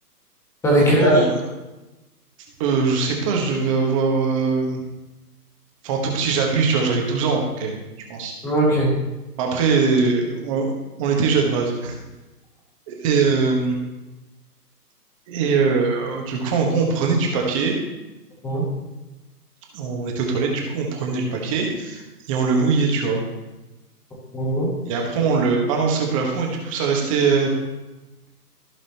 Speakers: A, in the centre; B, on the right.
A: Avec
B: En
A: quel
B: gros,
A: âge?
B: on- euh, je sais pas, je devais avoir... euh, Enfin, tout petit, j'abuse, tu vois, j'avais 12 ans, quand même, je pense.
A: Ok.
B: Après, on, on était jeunes, bref. Et, euh, et euh, du coup, en gros, on prenait du papier,
A: Mhm,
B: on était aux toilettes, du coup, on prenait le papier et on le mouillait, tu vois.
A: mhm,
B: Et après, on le balançait au plafond et du coup, ça restait... euh,